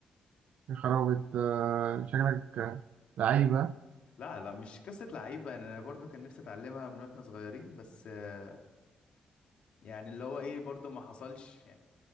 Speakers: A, on the right; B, on the left.
A: يا خرابي آه شكلك آه، لعيبه
B: لا لا مش قصة لعيبة انا أنا برضو كان نفسي اتعلمها من واحنا صغيرين بس آه، يعني اللي هو ايه برضو ما حصلش يعني